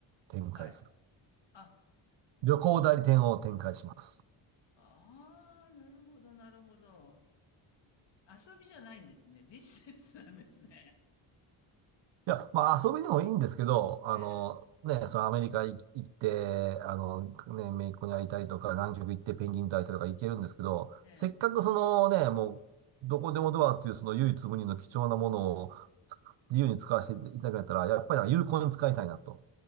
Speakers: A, on the right; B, on the left.
A: 展開する。
B: はい。あ、
A: 旅行代理店を展開します。
B: ああ、なるほど、なるほど。遊びじゃないんですね。ビジネスなんですね。<laughs>
A: いや、まあ遊びでもいいんですけど、あの、
B: え
A: ね、そのアメリカ行行って、あの、ね、姪っ子に会いたいとか、南極行ってペンギンと会いたいとか行けるんですけど、
B: え、ええ。
A: せっかくそのね、もう、どこでもドアっていうその唯一無二の貴重なものをつ自由に使わせていただくんだったら、やっぱり有効に使いたいなと。